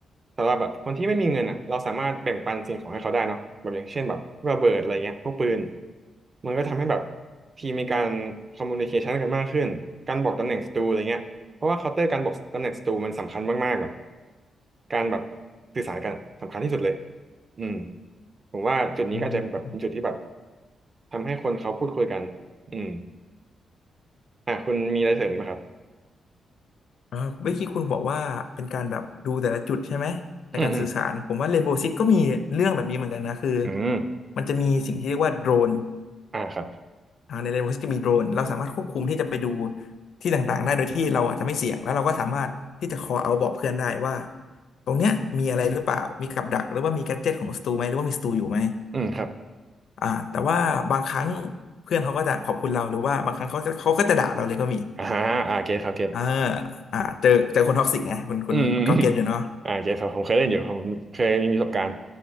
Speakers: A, on the right (about 30°); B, on the left (about 65°).
A: แต่ว่าแบบคนที่ไม่มีเงินอ่ะเราสามารถแบ่งปันสิ่งของให้เขาได้เนาะแบบอย่างเช่นแบบพวกระเบิดอะไรเงี้ยพวกปืนมันก็ทำให้แบบทีมมีการคอมมูนิเคชันกันมากขึ้นการบอกตำแหน่งศัตรูอะไรเงี้ยเพราะว่าเคาน์เตอร์การบอกตำแหน่งศัตรูมันสำคัญมากๆแบบการแบบสื่อสารกันสำคัญที่สุดเลยอืมผมว่าจุดนี้ก็อาจจะแบบเป็นจุดที่แบบ
B: อืม
A: ทำให้คนเขาพูดคุยกันอืมอ่ะคุณมีอะไรเสริมอีกไหมครับ
B: อ่าเมื่อกี้คุณบอกว่าเป็นการแบบดูแต่ละจุดใช่ไหมในการสื่อสารผมว่าเรนโบว์ซิกก็มีเรื่องแบบนี้เหมือนกันนะคือ
A: อืมอืมอืม
B: มันจะมีสิ่งที่เรียกว่าโดรน
A: อ่าครับ
B: อ่าในเรนโว์ซกก็มีโดรนเราสามารถควบคุมที่จะไปดูที่ต่างๆได้โดยที่เราอาจจะไม่เสี่ยงแล้วเราก็สามารถที่จะคอเอาบอกเพื่อนได้ว่าตรงเนี้ยมีอะไรหรือเปล่ามีกับดักหรือว่ามีแกดเจ็ตของสตูไหมหรือว่ามีสตูอยู่ไหม
A: อืมครับ
B: อ่าแต่ว่าบางครั้งเพื่อนเขาก็จะขอบคุณเราหรือว่าบางครั้งเขาจะเขาก็จะด่าเราเลยก็มี
A: อ่าฮะอ่าเก็ตครับเกต
B: เอออ่าเจอเจอคนท็อกซิกไงคุณคุณก็เก็ตอยู่เนาะ
A: อืม <laughs> อืมอืมอ่าเกตครับผมเคยเล่นอยู่ผมเคยมีประสบการณ์